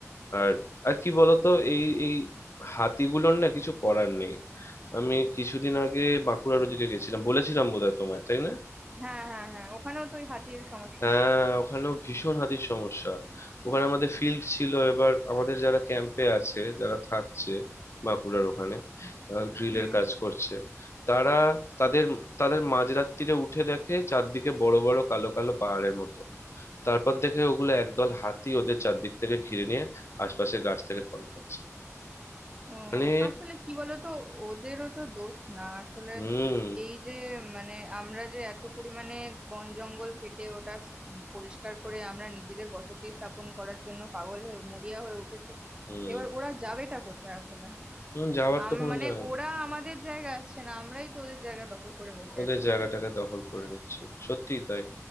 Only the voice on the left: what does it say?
আর আর কি বলতো এই এই হাতিগুলোর না কিছু করার নেই আমি কিছুদিন আগে বাঁকুড়ার ওদিকে গেছিলাম বলেছিলাম বোধহয় তোমায় তাই না
হ্যাঁ ওখানেও ভীষণ হাতির সমস্যা ওখানে আমাদের ফিল্ড ছিল এবার আমাদের যারা ক্যাম্পে আছে যারা থাকছে বাঁকুড়ার ওখানে ড্রিলের
কাজ করছে তারা তাদের তাদের মাঝরাত্তিরে উঠে দেখে চারদিকে বড় বড় কালো কালো পাহাড়ের মতো তারপর দেখে ওগুলো একদল হাতি ওদের চারদিক থেকে ঘিরে নিয়ে আশপাশের গাছ থেকে ফল খাচ্ছে
মানে
হুম
হুম
হুম যাওয়ার
তো কোনো
জায়গা নেই।
ওদের
জায়গাটাকে
দখল করে নিচ্ছে সত্যিই তাই